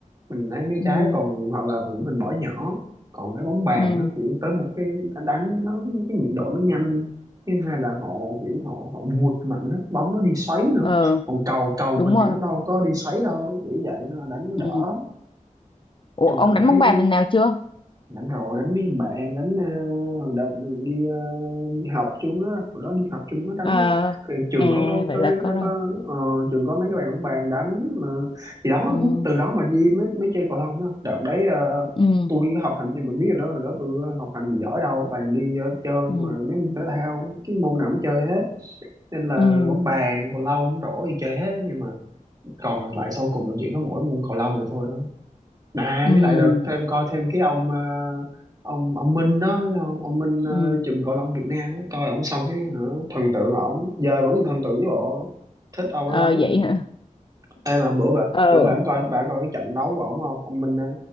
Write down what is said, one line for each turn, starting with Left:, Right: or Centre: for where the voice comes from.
Right: mình lấy mấy
Left: ừ
Right: trái còn hoặc là vì mình bỏ nhỏ còn cái bóng bàn
Left: ừ
Right: nó kiểu tới một cái đánh nó cái nhịp độ nó nhanh thứ hai là họ kiểu họ họ vụt mạnh đó bóng nó đi xoáy nữa
Left: ờ
Right: còn cầu cầu
Left: đúng
Right: mình
Left: rồi
Right: thì nó đâu có đi xoáy đâu kiểu vậy nó đánh nó
Left: ừ
Right: đỡ
Left: Ủa,
Right: chung
Left: ông
Right: là
Left: đánh
Right: tôi thấy
Left: bóng bàn lần nào chưa
Right: đánh rồi đánh mấy thằng bạn đánh ờ, hồi đợt đi đi, ờ, đi học chung đó hồi đó đi học chung nó đánh
Left: ờ
Right: nó cái trường
Left: à
Right: có có
Left: vậy
Right: có,
Left: là có
Right: có,
Left: rồi
Right: có ờ, trường có mấy cái bạn cũng bàn đánh mà thì đó
Left: ừ
Right: cũng từ đó mà đi mới mới chơi cầu lông đó đợt đấy ờ,
Left: ừ
Right: tôi học hành thì mình biết rồi đó hồi đó tôi học hành thì giỏi đâu toàn đi ờ, chơi
Left: ừ
Right: mà mấy môn thể thao cái môn nào cũng chơi hết nên là
Left: ừ
Right: bóng bàn cầu lông rổ thì chơi hết đó nhưng mà còn lại sau cùng là chỉ có mỗi môn cầu lông rồi thôi đó À
Left: ừ
Right: với lại đợt thêm coi thêm cái ông ờ, ông ông Minh đó thấy không? ông Minh ờ,
Left: ừ
Right: chùm cầu lông Việt Nam đó. coi ông xong cái hả, thần tượng ổng giờ vẫn thần tượng với bộ thích ông
Left: ờ
Right: ấy lắm
Left: vậy hả
Right: em mà bữa bạn
Left: ờ
Right: bữa bạn coi bạn coi cái trận đấu của ổng không ông Minh đó